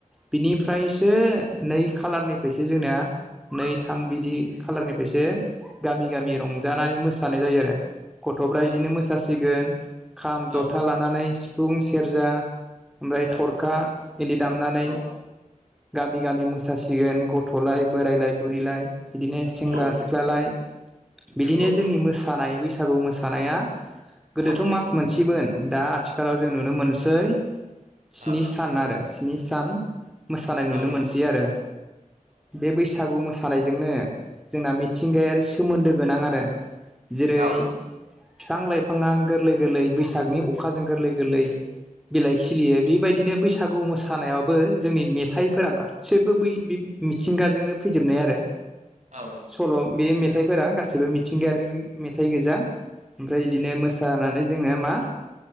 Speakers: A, in the centre; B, on the right.
A: बिनिफ्रायसो नै खालारनिफ्रायसो जोंना नै थाम बिदि खालारनिफ्रायसो गामि गामि रंजानाय मोस थानाय जायो गथ'फ्रा
B: औ
A: इदिनो मोसासिगोन खाम
B: औ
A: जथा लान नानै सिफुं सेरजा ओमफ्राय
B: औ
A: थरखा इदि दामनानै
B: औ
A: गामि गामि मोसास सिगोन गथ'लाय बोरायलाय बुरिलाय बिदिनो सेंग्रा
B: औ नंगौ
A: सिख्लालाय
B: नंगौ
A: बिदिनो
B: थारैनो
A: जोंनि मोसानाय बैसागु मोसानाया गोदोथ'
B: औ
A: मास मोनसेमोन दा आथिखालाव जों नुनो मोनसै स्नि
B: औ
A: सान आरो स्नि सान मोसानाय
B: औ
A: नुनो मोनसै आरो। बे बैसागु मोसानायजोंनो जोंना मिथिंगायारि सोमोन्दो गोनां आरो। जेरै
B: औ
A: बिफां लाइफाङा गोरलै गोरलै बैसागनि अखाजों गोरलै गोरलै बिलाइ खिलियो बेबायदिनो बैसागु मोसानायावबो जोंनि मेथाइफोरा गा सिबो बै बे मिथिंगाजोंनो फैजोबनाय आरो।
B: औ
A: सल' बे मेथाइफोरा गासैबो मिथिंगायारि मेथाइ गोजा ओमफ्राय बिदिनो मो नानै जोङो मा